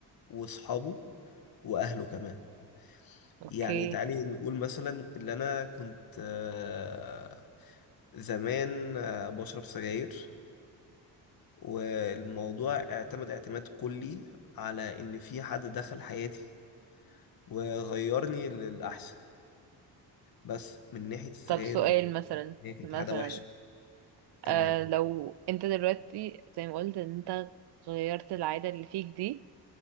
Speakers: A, on the left (about 60°); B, on the right (about 70°).
A: وأصحابه واهله كمان
B: أوكي
A: يعني تعالي نقول مثلا اللي انا كنت آه، زمان آه، بشرب سجاير والموضوع اعتمد اعتماد كلي على ان في حد دخل حياتي وغيرني للاحسن بس من ناحية السجاير
B: طب سؤال
A: وإن
B: مثلا
A: هي كانت
B: مثلا
A: عادة وحشة
B: آه
A: تمام
B: لو أنت دلوقتي زي ما قلت إن أنت غيرت العادة اللي فيك دي